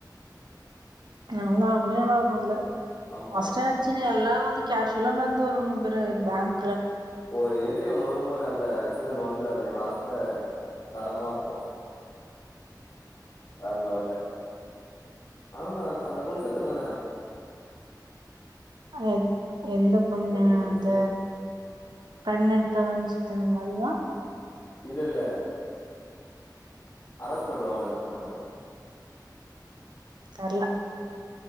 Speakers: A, on the right; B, on the left.
A: எல்லாமே நல்லார்க்கு அதுல
B: ஆமா
A: அஸ்ட்டாச்சுன்னு எல்லா வந்து கேஷ்வுல்லா நந்த் வரு முப்பரு பேங்
B: ஓரு என்ட்ரி ஒண்ணு வரும் பாரு அந்தத் சீசன் ஒன்ல அதுல லாஸ்ட்ல தரமா ருக்கு வர்ல வர்ல ஆனா நான் அந்த பொண்ணு செத்துருந்தானே
A: அதத் எந்த பொண்ணு
B: மறந்துருச்சே
A: அந்த ப்ரனன்ட்டா சுத்தின் வல்லா
B: இல்லல்ல அரெஸ் பண்டுவாங்கள அந்த பொண்ணு கூட
A: தர்ல